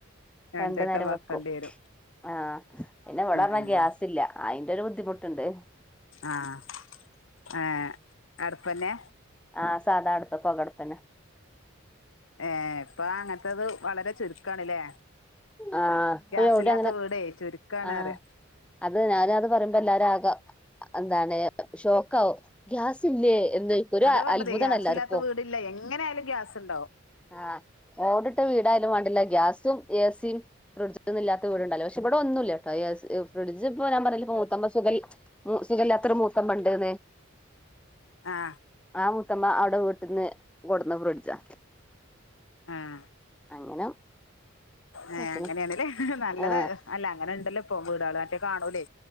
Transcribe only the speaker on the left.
രണ്ടെട്ടം
വക്കണ്ടി
വരും
ഉം
ആഹ് ആഹ്‌ അടുപ്പന്നെ
ഏ ഇപ്പൊ അങ്ങനത്തത് വളരെ ചുരുക്കാണലേ
ഗ്യാസില്ലാത്ത
വീടെ ചുരുക്കാണെന്നറയാ
അതാ പറഞ്ഞത്
ഗ്യാസില്ലാത്ത വീടില്ല എങ്ങനെ ആയാലും ഗ്യാസ് ഉണ്ടാവും
ആ
ആ
ഏ
അങ്ങനെയാണ്ല്ലേ നല്ലത്
അല്ല അങ്ങനെ ഉണ്ടല്ലോ ഇപോം വീടാള് മറ്റേ കാണൂല്ലേ